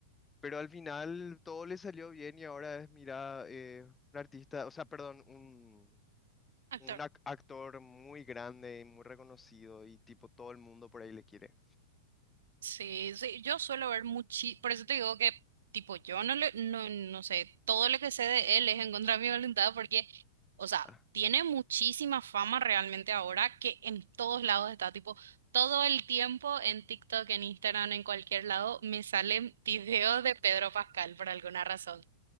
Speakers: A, on the left; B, on the right.
A: Pero al final todo le salió bien y ahora es, mira, eh, un artista, o sea, perdón, un,
B: Actor.
A: un ac- actor muy grande y muy reconocido y tipo todo el mundo por ahí le quiere.
B: Sí, sí, yo suelo ver muchísimo, por eso te digo que, tipo, yo no le, no, no sé, todo lo que sé de él es en contra de mi voluntad porque, o sea,
A: Ah,
B: tiene muchísima fama realmente ahora que en todos lados está, tipo, todo el tiempo en TikTok, en Instagram, en cualquier lado, me salen videos de Pedro Pascal por alguna razón.